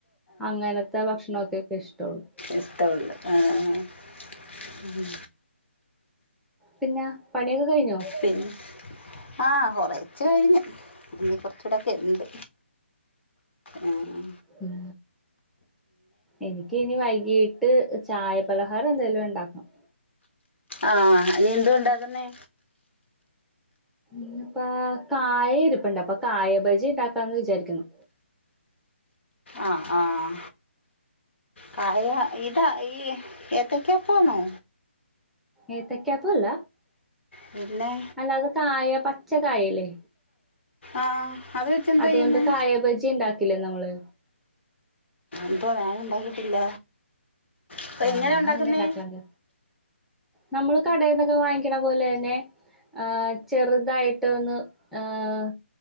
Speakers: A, in the centre; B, on the left.
A: അങ്ങനത്തെ ഭക്ഷണൊക്കെ ഒക്കെ ഇഷ്ടള്ളൂ.
B: ഇഷ്ടഉള്ളു ആഹ് ഉം
A: പിന്നെ പണിയൊക്കെ കഴിഞ്ഞോ?
B: പിന്നെ ആഹ് കൊറച്ച് കഴിഞ്ഞ് ഇഞ്ഞ് കൊർച്ചൂടെക്കെ ണ്ട്. ഉം ഉം
A: ഉം എനിക്ക് ഇനി വൈകീട്ട് ചായപലഹാരം എന്തെലും ണ്ടാക്കാണം.
B: ആഹ് നീ എന്തുണ്ടാക്കുന്നെ?
A: ഇന്ന്പ്പ കായ ഇരിപ്പുണ്ട് അപ്പ കായബജി ഇണ്ടാക്കാന്ന് വിചാരിക്കുന്നു.
B: ആഹ് ആഹ് കായ ഇതാ ഈ എത്തക്ക്യാപ്പാണോ?
A: ഏത്തക്കപ്പ അല്ല
B: പിന്നെ
A: അല്ലാതെ കായ പച്ച കായല്ലേ.
B: ആഹ് അത് വച്ചെന്താ
A: അതുകൊണ്ട്
B: യ്യുന്നേ?
A: കായ ബജി ഉണ്ടാക്കില്ലേ നമ്മള്
B: അപ്പോ ഞാന് ണ്ടാക്കിട്ടില്ല. അപ്പ
A: ആഹ്
B: എങ്ങനെ
A: ഞാൻ
B: ണ്ടാക്കുന്നേ?
A: അങ്ങനെ ഉണ്ടാക്കാണ്ട് നമ്മള് കടേന്നൊക്കെ വാങ്ങിക്ക്ണ പോലെ തന്നെ ആഹ് ചെറുതായിട്ട് ഒന്ന് ആഹ്